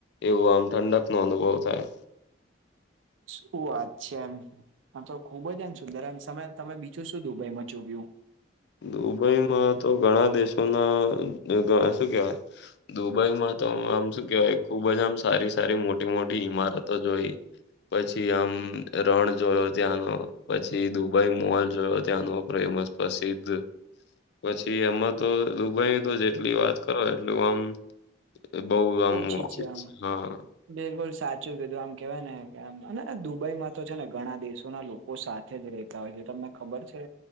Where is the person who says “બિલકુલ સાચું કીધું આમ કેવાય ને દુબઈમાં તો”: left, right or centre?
Right